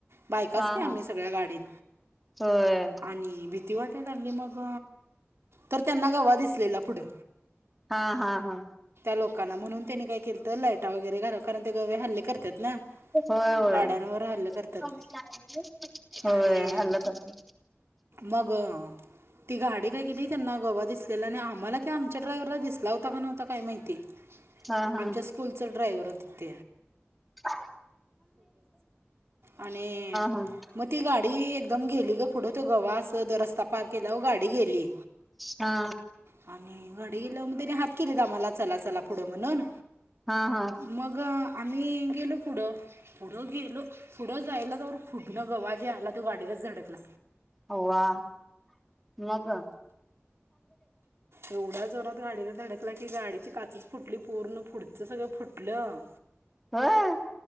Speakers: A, on the right; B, in the centre.
A: बायकाच
B: हा
A: की आम्ही
B: हा
A: सग सगळ्या गाडीत,
B: होय
A: आणि भीती ति वाटाय लागली, मग तर त्यांना गवा दिसलेला पुढं
B: हा हा हा
A: लोकांना म्हणून त्यांनी काय केलंत. लाइटा वगैरे घालवलं कारण ते गवे हल्ले करत येतात, ना
B: होय होय
A: गाड्यांवर हल्ले करतात
B: <unintelligible>
A: आणि
B: हल्ल करते
A: मग ती गाडी काय केली त्यांना गवा दिसलेला आणि आम्हांला आमच्या ड्रायव्हरला दिसला होता का नव्हता काय माहिती
B: हा हा
A: आमच्या स्कूलच <unintelligible>
B: हां
A: आणि
B: हां
A: मग ती गाडी एकदम गेली ग पुढं तो गवाच तो जो रस्ता पार केल्यावर गाडी गेली,
B: हा
A: आणि गाडी गेल्यावर मग त्याने हात केली गं आम्हाला चला चला पुढं म्हणून,
B: हा हा
A: मग आम्ही गेलो, पुढं पुढं गेलो पुढं जायला तर पुंढ पुढंन गवा जे आला तो गाडीलाच धडकला.
B: अवा म गं
A: एवढ्या जोरात गाडीला धडक डकला की गाडीची काचच फुटली. पूर्ण पुढच सगळं फुटलं.
B: व्हय!